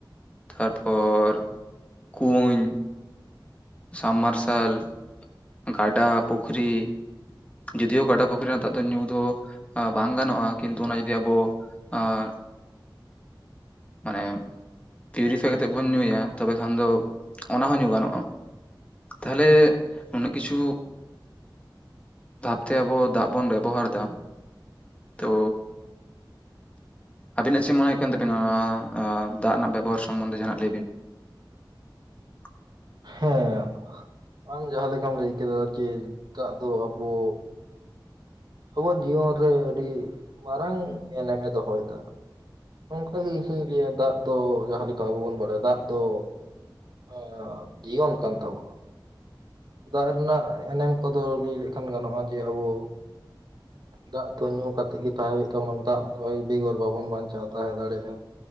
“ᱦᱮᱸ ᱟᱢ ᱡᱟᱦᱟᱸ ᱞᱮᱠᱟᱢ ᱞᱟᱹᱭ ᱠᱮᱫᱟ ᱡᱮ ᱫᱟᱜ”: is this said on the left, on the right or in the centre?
Right